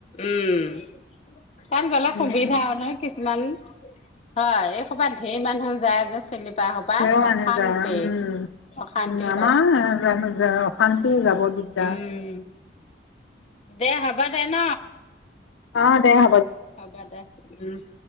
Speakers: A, on the left; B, on the left.
A: উ', তাত গলে
B: উম,
A: সুবিধা হয় ন কি কিমান। হয় এই কবাত ধেৰ মানুহ যায় যে চিলিপা সোপাত
B: সও মনি
A: অশান্তি
B: যা উম -
A: অশান্তি
B: উম আমাৰ
A: হয়
B: অশান্তি যাব দিগদাৰ।
A: উম দে হ'ব দে ন।
B: অহ ', দে হ
A: হ'ব দে উম',